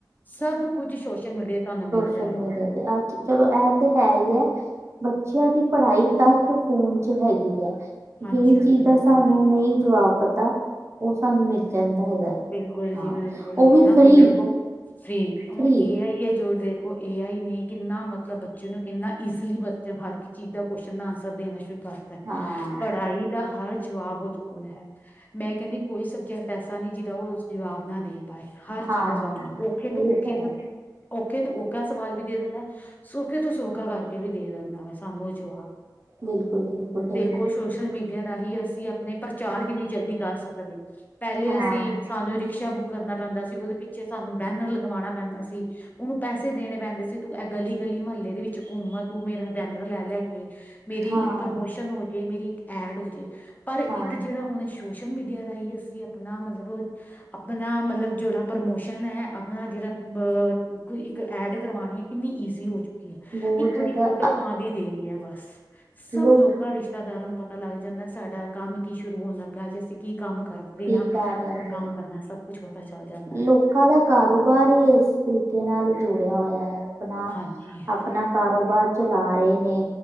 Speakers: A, on the left; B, on the right.
A: ਸਭ ਕੁੱਛ ਸੋਸ਼ਲ ਮੀਡੀਆ ਤੁਹਾਨੂੰ ਮਿਲ ਜਾਏਗਾ
B: ਸੋਸ਼ਲ ਮੀਡੀਆ ਤੇ ਅੱਜ ਚਲੋ ਇਹ ਤੇ ਹੈ ਈ ਆ ਬੱਚਿਆਂ ਦੀ ਪੜ੍ਹਾਈ ਤਕ ਫੋਨ ਚ ਹੈਗੀ ਆ,
A: ਹਾਂਜੀ
B: ਜਿਹੜੀ
A: ਹਾਂਜੀ
B: ਚੀਜ਼
A: ਬਿਲਕੁਲ
B: ਦਾ ਸਾਨੂੰ
A: ਜੀ
B: ਨਹੀ ਜਵਾਬ ਪਤਾ, ਉਹ ਸਾਨੂੰ ਮਿਲ ਜਾਂਦਾ ਹੈਗਾ
A: ਬਿਲਕੁਲ
B: ਹਾਂ
A: ਜੀ, ਬਿਲਕੁਲ
B: ਉਹ
A: ਹੋਈ
B: ਵੀ
A: ਨਾ
B: ਫ੍ਰੀ
A: ਹੁਣ ਦੇਖੋ। ਜੀ ਹੁਣ
B: ਫ੍ਰੀ
A: ਏ ਆਈ ਹੈ ਜੋ ਦੇਖੋ ਏ ਆਈ ਨੇ ਕਿੰਨਾ ਮਤਲਬ ਬੱਚੇ ਨੂੰ ਕਿੰਨਾ ਈਜ਼ਲੀ ਬੱਚਾ ਹਰ ਇਕ ਚੀਜ਼ ਦਾ ਕੌਸ਼ਿਨ ਦਾ ਅਨਸਰ ਦੇਣਾ ਸ਼ੁਰੂ ਕਰਤਾ,
B: ਹਾਂ
A: ਪੜ੍ਹਾਈ ਦਾ ਹਰ ਜਵਾਬ ਉਹਦੇ ਕੋਲ ਹੈ, ਮੈਂ ਕਹਿਣੀ ਆ ਕੋਈ ਸਬਜੈਕਟ ਐਸਾ ਨਹੀਂ ਜੀਹਦਾ ਉਹ ਜਵਾਬ ਨਾ ਦੇਣ। ਪਾਏ ਹਰ
B: ਹਾਂ
A: ਚੀਜ਼ ਦਾ ਸਵਾਲ ਔਖੇ ਤੋਂ
B: ਇਹ
A: ਔਖੇ
B: ਤਾਂ ਹੈ
A: ਮਤ, ਔਖੇ ਤੋਂ ਔਖਾ ਸਵਾਲ ਵੀ ਦੇ ਦਿੰਦਾ। ਸੌਖੇ ਤੋਂ ਸੌਖਾ ਕਰਕੇ ਵੀ ਦੇ ਦਿੰਦਾ ਵਾ ਸਾਨੂੰ ਉਹ ਜਵਾਬ।
B: ਬਿਲਕੁਲ-ਬਿਲਕੁਲ ਜੀ।
A: ਕਸੋਸ਼ਲ ਮੀਡੀਆ ਰਾਹੀਂ ਅਸੀਂ ਆਪਣੇ ਪ੍ਰਚਾਰ ਕਿੰਨੀ ਜਲਦੀ ਕਰ ਸਕਦੇ ਆ, ਪਹਿਲੇ
B: ਹਾਂ
A: ਅਸੀਂ ਸਾਨੂੰ ਰਿਕਸ਼ਾ ਬੁੱਕ ਕਰਨਾ ਪੈਂਦਾ ਸੀ, ਉਹਦੇ ਪਿੱਛੇ ਸਾਨੂੰ ਬੈਨਰ ਲਗਵਾਉਣਾ ਪੈਂਦਾ ਸੀ ਉਹਨੂੰ ਪੈਸੇ ਦੇਣੇ ਪੈਂਦੇ ਸੀ, ਤੂੰ ਇਹ ਗਲੀ-ਗਲੀ ਮਹੱਲੇ ਦੇ ਵਿੱਚ ਘੁੰਮ ਤੂੰ ਮੇਰਾ ਬੈਨਰ ਲੈ-ਲੈ ਕੇ ਮੇਰੀ
B: ਹਾਂ
A: ਇੱਕ ਪ੍ਰਮੋਸ਼ਨ ਹੋਜੇ, ਮੇਰੀ ਇੱਕ ਐਡ ਹੋ ਜੇ ਪਰ ਇੱਕ
B: ਹਾਂ
A: ਜਿਹੜਾ ਹੁਣ ਸੋਸ਼ਲ ਮੀਡੀਆ ਰਾਹੀਂ ਅਸੀਂ ਆਪਣਾ ਮਤਲਬ ਅਪ ਬਣਾ ਮਤਲਬ ਜਿਹੜਾ ਪ੍ਰਮੋਸ਼ਨ ਐ ਆਪਣਾ ਜਿਹੜਾ ਬ ਇੱਕ ਐਡ ਕਰਵਾਉਣੀ, ਕਿੰਨੀ ਈਜ਼ੀ ਹੋ ਚੁੱਕੀ ਏ
B: ਬਹੁਤ
A: ਇੱਕ ਵਾਰੀ
B: ਜ਼ਿਆਦਾ
A: ਫੋਟੋ ਪਾਉਣ ਦੀ ਦੇਰੀ ਆ ਬਸ ਸਭ
B: ਲੋਕੀ
A: ਲੋਕਾ ਰਿਸ਼ ਰਸਤੇਦਾਰਾ ਨੂੰ ਪਤਾ ਲੱਗ ਜਾਂਦਾ, ਸਾਡਾ ਕੰਮ ਕੀ ਸ਼ੁਰੂ ਹੋਣ ਲੱਗਾ ਜੇ ਅਸੀਂ ਕੀ ਕੰਮ ਕਰਦੇ
B: ਕੀ
A: ਹਾਂ
B: ਕਰਨ ਲੱਗੇ
A: ਔਰ ਕੰਮ
B: ਆ,
A: ਕਰਨਾ ਸਭ ਕੁਛ ਪਤਾ ਚੱਲ ਜਾਂਦਾ ਹੈ।
B: ਲੋਕਾਂ ਦਾ ਕਾਰੋਬਾਰ ਹੀ ਇਸ ਤਰੀਕੇ ਨਾਲ ਹੀ ਜੁੜਿਆ ਹੋਇਆ ਏ, ਆਪਣਾ,
A: ਹਾਂਜੀ
B: ਆਪਣਾ ਕਾਰੋਬਾਰ ਚਲਾ ਰਹੇ ਨੇ।